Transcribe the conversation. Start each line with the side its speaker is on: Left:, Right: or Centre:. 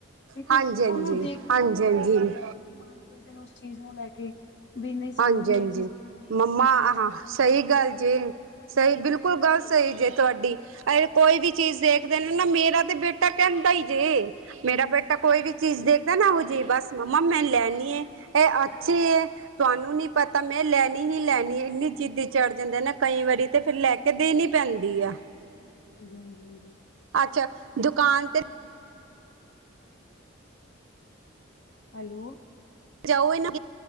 Left: ਠੀਕ
Right: ਹਾਂਜੀ
Left: ਹੈ ਉਹਨੂੰ ਦੇਖ
Right: ਹਾਂਜੀ
Left: ਕੇ ਫਿਰ ਬੱਚੇ
Right: ਹਾਂਜੀ
Left: ਵੀ ਡਿਮਾਂਡ ਕਰਦੇ ਨੇ ਉਸ ਚੀਜ਼ ਨੂੰ ਲੈ ਕੇ ਵੀ ਨਹੀਂ ਸਾਨੂੰ
Right: ਹਾਂਜੀ-ਹਾਂਜੀ,
Left: ਵੀ ਇਹ ਚੀਜ਼ ਚਾਹੀਦੀ ਹੈ
Right: ਮੰਮਾ
Left: ਸਾਨੂੰ ਵੀ ਇਹ ਚੀਜ਼
Right: ਆ
Left: ਚਾਹੀਦੀ
Right: ਸਹੀ
Left: ਹੈ
Right: ਗੱਲ ਜੇ ਸਹੀ, ਬਿਲਕੁਲ ਗੱਲ ਸਹੀ ਜੇ। ਤੁਹਾਡੀ ਕੋਈ ਵੀ ਚੀਜ਼
Left: ਹਾਂਜੀ
Right: ਦੇਖਦੇ ਨੇ ਨਾ ਮੇਰਾ ਤੇ ਬੇਟਾ ਕਹਿੰਦਾ ਈ ਜੇ। ਮੇਰਾ ਬੇਟਾ
Left: ਹਾਂਜੀ
Right: ਕੋਈ
Left: ਹਾਂਜੀ ਹਾਂਜੀ
Right: ਵੀ ਚੀਜ਼ ਦੇਖਦਾ ਨਾ ਓਹੋ ਜੀ ਬਸ ਮੰਮਾ ਮੈਂ ਲੈਣੀ ਏ, ਇਹ ਅੱਛੀ ਏ। ਤੁਹਾਨੂੰ ਨੀ ਪਤਾ ਮੈਂ ਲੈਣੀ ਹੀ ਲੈਣੀ ਏ ਇੰਨੀ ਜਿੱਦੀ ਚੜ ਜਾਂਦਾ ਨਾ ਕਈ ਵਾਰੀ ਤੇ ਫਿਰ ਲੈ ਕੇ ਦੇਨੀ ਪੈਂਦੀ ਆ।
Left: ਹਾਂਜੀ ਹਾਂਜੀ ਹਾਂਜੀ ਹਾਂਜੀ
Right: ਅੱਛਾ ਦੁਕਾਨ ਤੇ
Left: ਹੈਲੋ
Right: ਜਾਓ ਇਹਨੂੰ